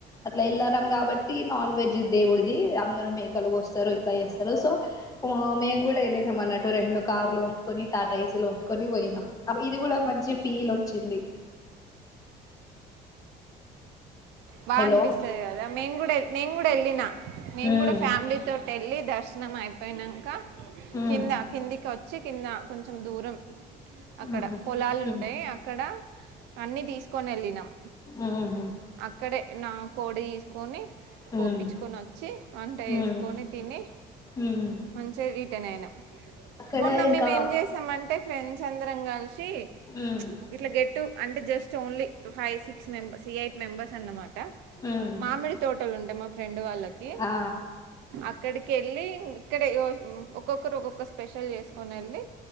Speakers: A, on the left (about 20°); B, on the right (about 85°).
A: అట్లా ఎ కాబట్టి నాన్ వెజ్ దేవుడిది అందరు మేకలు కోస్తారు ఇట్లా చేస్తారు సో మేం కూడా వెళ్ళినాం అన్నటు రెండు కార్లుట్టుకొని టాటా ఏసీలు పటుకొని పోయినాం ఇది కూడా మంచి ఫీల్ వచ్చింది
B: బా
A: హలో
B: అనిపిస్తుది కదా మేను కూడా మేను కూడా వెళ్ళిన మేము
A: ఉమ్
B: కూడా ఫ్యామిలీ తోటి వెళ్ళి దర్శం అయిపోయినాక
A: ఉమ్
B: కింద కిందికి వచ్చి కింద కొంచెం దూరం అక్కడ
A: ఉహు
B: పొలాలు
A: ఉమ్
B: ఉంటాయి అక్కడ అన్ని తీసుకొని వెళ్ళినాం
A: ఉహ్మ్
B: అక్కడే నా కోడి సుకొని కోపించుకొని
A: ఉమ్
B: వచ్చి వంట వేసుకొని
A: ఉమ్
B: తిని
A: ఉమ్
B: మంచి రిటర్న్ అయినాం
A: అక్కడ
B: మొన్న
A: ఇంకా
B: మేము ఏం చేసామంటే ఫ్రెండ్స్ అందరం కలిసి
A: ఉమ్
B: ఇ గెట్ అంటే జస్ట్ ఓన్లీ ఫై సిక్స్ మెం ఎయిట్ అన్నమాట
A: ఉమ్
B: మామిడి తోటలు ఉంటే మా ఫ్రెండ్ వాళ్ళకి
A: ఆ
B: అక్కడికి క వెళ్ళి ఇక్కడ ఒక్కొక్కరు ఒక్కొక్కరు స్పెషల్ చేసుకొని వెళ్ళి